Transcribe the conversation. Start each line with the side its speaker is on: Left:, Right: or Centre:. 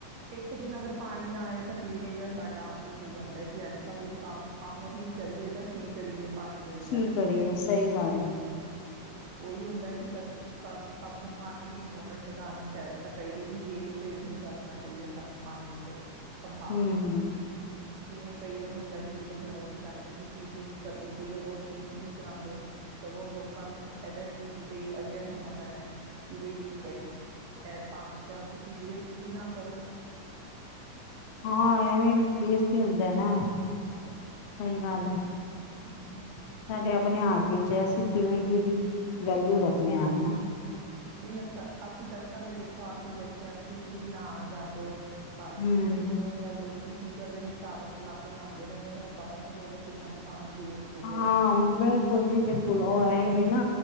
Right: ਇੱਕ ਦਿਨ ਅਗਰ ਪਾਣੀ ਨਾ ਆਏ ਤਾਂ ਕਿਵੇਂ ਜਾਂ ਸਾਡਾ ਉਹ ਹੋ ਜਾਂਦਾ ਕਿ ਅੱਜ ਤਾਂ ਕੋਈ ਕੰਮ ਕੰਮ ਵੀ ਕਰੀਏ ਤਾਂ ਕੀ ਕਰੀਏ ਪਾਣੀ ਦੇ ਬਗੈਰ
Left: ਕੀ ਕਰੀਏ ਸਹੀ ਗੱਲ ਹੈ
Right: ਉਹੀ ਹੁੰਦਾ ਕਿ ਬੱਚੇ ਸਭ ਸਭ ਨੂੰ ਪਾਣੀ ਦੀ ਇੰਪੋਰਟੈਂਟ ਵਧਉਣੀ ਚਾ ਚਾਹੀਦੀ ਹੈ ਕਿ ਵੇਸਟੇਜ ਨਹੀਂ ਕਰਨਾ ਚਾਹੀਏ ਸਾਨੂੰ ਪਾਣੀ ਚ ਹਾ
Left: ਹਮ
Right: <inaudible> ਜਿਵੇਂ ਕਈ ਵਾਰ ਹੁੰਦਾ ਕਿਸੇ ਦੇ ਘਰ ਅਸੀਂ ਜਾਂਦੇ ਹਾਂ ਟੂਟੀ ਨੀ ਕਰਦੀ ਪਈ ਹੈ ਤਾਂ ਉਹ ਠੀਕ ਹੀ ਨਹੀਂ ਕਰਾਉਂਦੇ ਸਗੋਂ ਲੋਕਾਂ ਨੂੰ ਚੀਜ਼ ਲਈ ਅਵੇਅਰ ਹੋਣਾ ਪੈਣਾ ਹੈ ਕਿ ਬਈ ਇਹ ਪਾਣੀ ਦਾ ਤੁਸੀਂ ਵੇਸਟ ਵੀ ਨਾ ਕਰੋ
Left: ਹਾਂ ਐਵੇਂ ਵੇਸਟ ਹੀ ਹੁੰਦਾ ਨਾ ਸਹੀ ਗੱਲ ਹੈ
Right: ਹਮ,
Left: ਸਾਡੇ ਆਪਣੇ ਹੱਥ ਵਿਚ ਹੈ, ਅਸੀਂ ਕਿਵੇਂ ਕਿਦੀ ਵੈਲਊ ਰੱਖਣੇ ਆ ਹੈਨਾ
Right: ਨਹੀਂ ਅ ਅਸੀਂ ਦੱਸਾਂਗੇ ਦੇਖੋ ਆਪਦੇ ਬੱਚਿਆਂ ਨੂੰ ਕੀ ਤੁਸੀਂ ਨਹਾਉਣ ਜਾਂਦੇ ਹੋ ਬਾਲਟੀ
Left: ਹੂੰ।
Right: ਕਈ ਵਾਰ ਹੁੰਦਾ ਲੋਕ ਕੀ ਕੀ ਕਰਦੇ ਨੇ ਸ਼ਾਵਰ ਚਲਾ ਕੇ ਨਹਾਉਦੇ ਰਹਿੰਦੇ ਨੇ ਉਹ ਪਤਾ ਹੀ ਨਹੀਂ ਲੱਗਦਾ ਕਿੰਨਾ ਕੁ ਪਾਣੀ ਵੇਸਟ ਹੋ ਗਿਆ
Left: ਹਾਂ ਬਿਲਕੁਲ ਜੀ ਬਿਲਕੁਲ ਉਹ ਇਹੀ ਹੈ ਨਾ